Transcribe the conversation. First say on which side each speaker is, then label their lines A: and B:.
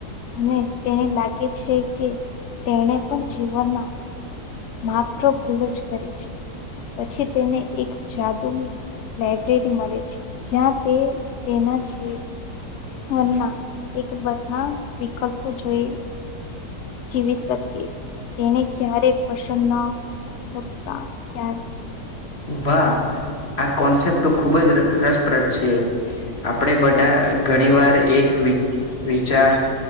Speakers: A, on the left; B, on the left.
A: અને તેને લાગે છે કે તેને પણ જીવનમાં માત્ર ભૂલો જ કરી છે પછી તેને એક જાદુ ની લાઈબ્રેરી મળે છે જ્યાં તે તેના છે. ફોનમાં એક બધા વિકલ્પો જોઈ જીવી શકે તેને ક્યારે પસંદ ન હોતા ક્યાર
B: વાહ આ કોન્સેપ્ટ ખુબ જ રસ રસપ્રદ છે. આપણેે બધા ઘણી વાર એક વિ વિચા